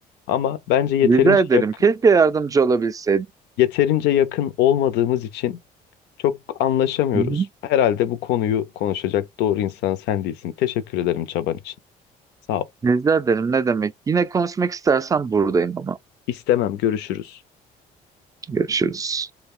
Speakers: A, on the left; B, on the right.
A: Ama bence yeterince
B: Rica ederim.
A: yak-
B: Keşke yardımcı olabilseydim.
A: yeterince yakın olmadığımız için çok anlaşamıyoruz.
B: Hı hı.
A: Herhalde bu konuyu konuşacak doğru insan sen değilsin. Teşekkür ederim çaban için. Sağ ol.
B: Rica ederim. Ne demek? Yine konuşmak istersen buradayım ama.
A: İstemem görüşürüz.
B: Görüşürüz.